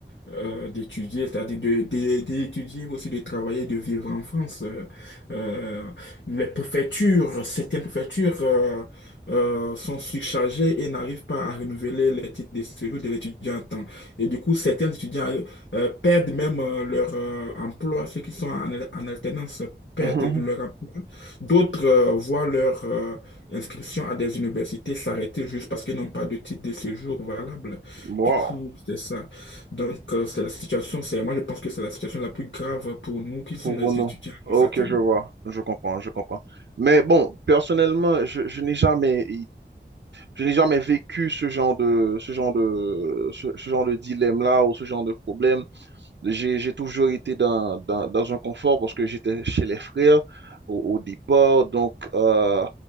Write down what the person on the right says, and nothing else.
<laughs>
Wow,
pour
nous.
Ok,
je vois, je comprends, je comprends. Mais bon, personnellement, je, je n'ai jamais, je n'ai jamais vécu ce genre de, ce genre de, ce, ce genre de dilemme-là ou ce genre de problème. J'ai, j'ai toujours été dans, dans, dans un confort parce que j'étais chez les frères au, au départ. Donc, euh,